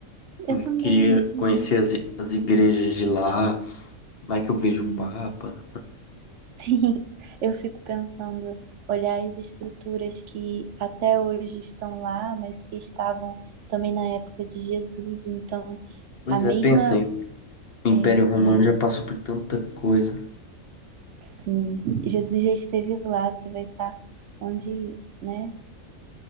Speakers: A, on the left; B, on the right.
A: eu
B: eu também,
A: queria
B: eu também,
A: conhecer as, i- as igrejas de lá. Vai que eu vejo
B: sim,
A: o Papa.
B: <laughs> sim. Eu fico pensando, olhar as estruturas que até hoje estão lá, mas que estavam também na época de Jesus. Então,
A: Pois
B: a mesma,
A: é, pensa aí. O Império
B: é,
A: Romano
B: é,
A: já passou por tanta coisa.
B: sim, Jesus já esteve lá, você vai estar onde, né?